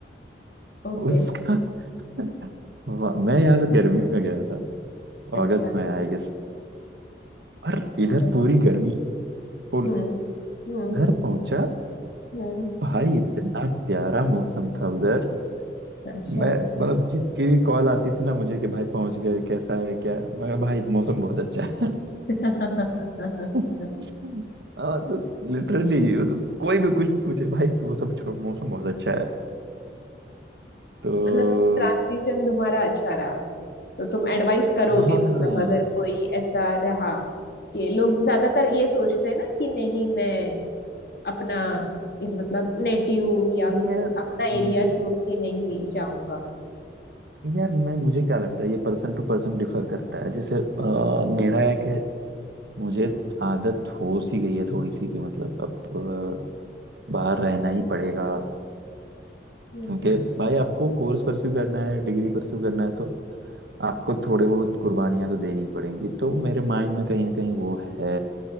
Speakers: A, on the left; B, on the right.
A: ओके
B: उसका <laughs> वहाँ- मैं यहाँ से गर्मी में गया था
A: अच्छा
B: अगस्त में आई गेस और
A: ओके
B: इधर पूरी गर्मी फुल
A: हम्म हम्म
B: इधर पहुंचा
A: हम्म
B: भाई इतना प्यारा मौसम था उधर
A: अच्छा
B: मैं मतलब जिसकी भी कॉल आती थी ना मुझे कि भाई पहुंच गए कैसा है क्या है? मैं
A: हम्म।
B: कहा, भाई मौसम बहुत अच्छा है
A: <laughs>
B: <laughs> हाँ, तो लिटरली वो तो कोई भी कुछ भी पूछे भाई वो सब छोड़ मौसम बहुत अच्छा है तो
A: मतलब ट्रांजिशन तुम्हारा अच्छा रहा तो तुम एडवाइस करोगे
B: हाँ
A: मतलब अगर कोई ऐसा रहा कि लोग ज्यादातर ये सोचते हैं ना कि नहीं मैं अपना ये मतलब नेटिव या
B: नहीं
A: फिर
B: यार
A: अपना
B: हम्म,
A: एरिया छोड़ के नहीं जाऊंगा
B: यार मैं मुझे क्या लगता है ये पर्सन टू पर्सन डिफर करता है जैसे अ, मेरा है कि मुझे आदत हो सी गई है थोड़ी सी कि मतलब अब अ, बाहर रहना ही पड़ेगा
A: हम्म
B: क्योंकि भाई आपको कोर्स परस्यू करना है डिग्री परस्यू करना है तो आपको थोड़े बहुत कुर्बानियां तो देनी पड़ेंगी तो मेरे माइंड में कहीं ना कहीं वो है